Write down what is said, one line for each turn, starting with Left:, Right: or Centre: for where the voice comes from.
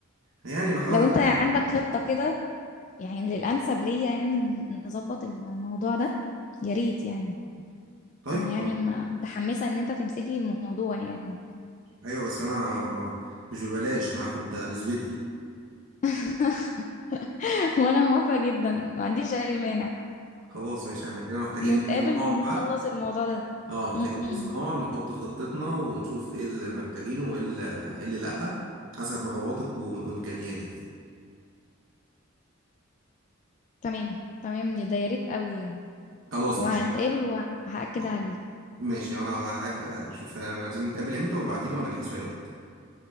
Right: يعني بحاول
Left: لو
Right: أجتهد
Left: انت عندك
Right: يعني.
Left: خطة كده يعني للانسب ليا يعني نظبط الموضوع ده يا ريت يعني
Right: طيب
Left: انا
Right: خلاص
Left: يعني م- متحمسة ان انت تمسك لي الموضوع يعني
Right: أيوه بس أنا م- مش ببلاش أنا هاخد نسبتي
Left: <laughs> وانا موافقة جدا ما عنديش اي مانع
Right: خلاص ماشي احنا كده محتاجين
Left: نتقابل
Right: ننزل نقعد
Left: ونخلص
Right: بقى
Left: الموضوع ده
Right: اه محتاجين
Left: امم
Right: ننزل نقعد ونحط خطتنا ونشوف ايه اللي محتاجينه وايه اللي إيه اللي لأ حسب رغباتك وإمكانياتك يعني
Left: تمام تمام يا ده يا ريت قوي يعني
Right: خلاص
Left: وهنتقابل
Right: ماشي أنا-
Left: وهأكد
Right: آه،
Left: عليك
Right: ماشي انا هج- اشوف انا عايزين نتقابل امتى وابعتيلي وانا جاهز في اي وقت